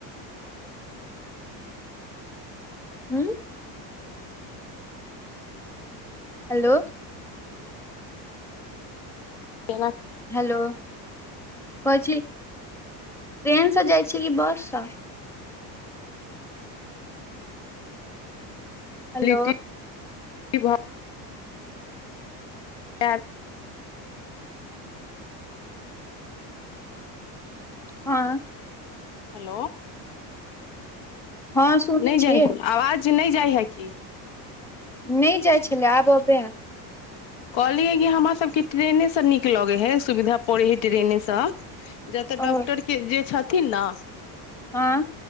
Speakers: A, in the centre; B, on the left (about 60°).
A: <inaudible> हू हेलो
B: केना
A: हेलो कहे छी ट्रेन से जाइ छै कि बस से हेलो
B: लिट्टी भऽ गेल
A: हँ
B: हेलो
A: हँ सुनै
B: नहि
A: छियै
B: जाइ आवाज नहि जाइ है की
A: नहि जाइै छलय आब अबै है
B: कहलियै है कि हमरासके ट्रेनेसँ नीक लगैत हइ सुविधा पड़ैत हइ ट्रेनेसँ जतऽ
A: ओ
B: डॉक्टर के जे छथिन ने
A: हँ